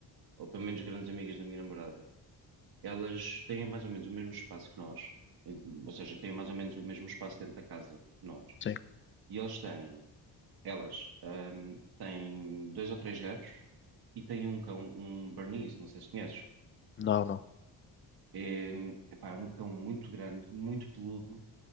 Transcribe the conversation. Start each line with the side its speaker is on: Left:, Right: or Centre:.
Right: ou pelo menos grandes amigas da minha namorada, elas têm mais ou menos o mesmo espaço que nós, em- ou seja, têm mais ou menos o mesmo espaço dentro da casa que nós.
Left: sim.
Right: E eles têm, elas, hum, têm dois ou três gatos e têm um cão, um Bernese, não sei se conheces.
Left: Não, não.
Right: É, hum, epá, é um cão muito grande, muito peludo,